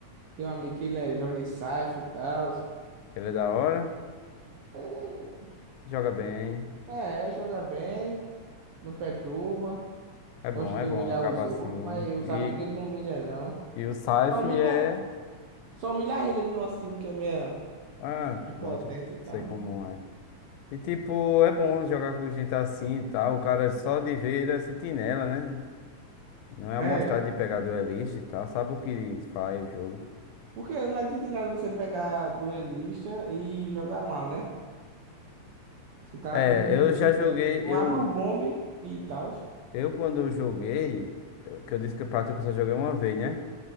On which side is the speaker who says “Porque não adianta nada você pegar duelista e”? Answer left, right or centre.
Right